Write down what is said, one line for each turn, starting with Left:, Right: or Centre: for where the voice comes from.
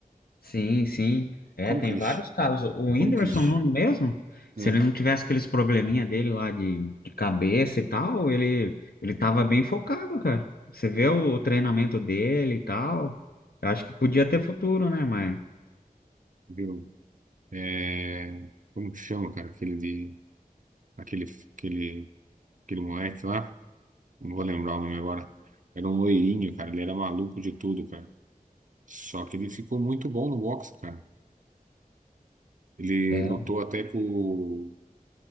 Left: Sim, sim. É,
Right: Como
Left: tem
Right: que ele.
Left: vários
Right: chi-
Left: casos. O Whindersson
Right: Como que ele. chi-
Left: Nunes mesmo, se
Right: Ah,
Left: ele não tivesse aqueles probleminha dele lá de, de cabeça e tal, ele, ele tava bem focado, cara. Você vê o, o treinamento dele e tal. Eu acho que podia ter futuro, né, mas...
Right: viu? É, como que chama, cara? Aquele de. Aquele, aquele, aquele moleque lá. Não vou lembrar o nome agora. Era um loirinho, cara. Ele era maluco de tudo, cara. Só que ele ficou muito bom no boxe, cara. Ele
Left: É.
Right: lutou até com, o-